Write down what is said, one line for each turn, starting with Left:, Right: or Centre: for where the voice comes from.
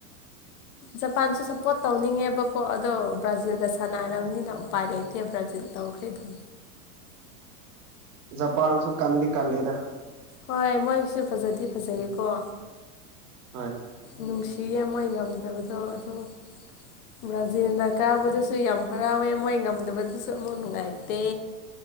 Left: ꯖꯄꯥꯟꯁꯨ ꯁꯞꯄꯣꯔꯠ ꯇꯧꯅꯤꯡꯉꯦꯕꯀꯣ ꯑꯗꯣ, ꯕ꯭ꯔꯥꯖꯤꯜꯒ ꯁꯥꯟꯅꯔꯕꯅꯤꯅ ꯎꯄꯥꯏ ꯂꯩꯇꯦ ꯕ꯭ꯔꯥꯖꯤꯜ, ꯇꯧꯈ꯭ꯔꯦ ꯗꯨꯝ꯫
Right: ꯖꯄꯥꯟꯁꯨ ꯀꯟꯗꯤ ꯀꯜꯂꯦꯗ꯫
Left: ꯍꯣꯏ ꯃꯣꯏꯁꯨ ꯐꯖꯗꯤ ꯐꯖꯩꯌꯦꯀꯣ꯫
Right: ꯍꯣꯏ
Left: ꯅꯨꯡꯁꯤꯌꯦ ꯃꯣꯏ ꯉꯝꯗꯕꯗꯣ ꯑꯗꯨꯗꯣ, ꯕ꯭ꯔꯥꯖꯤꯜꯅ ꯀꯥꯕꯗꯁꯨ ꯌꯥꯝ ꯍꯔꯥꯎꯋꯦ꯫ ꯃꯣꯏ ꯉꯝꯗꯕꯗꯁꯨ ꯑꯃꯨꯛ ꯅꯨꯡꯉꯥꯏꯇꯦ꯫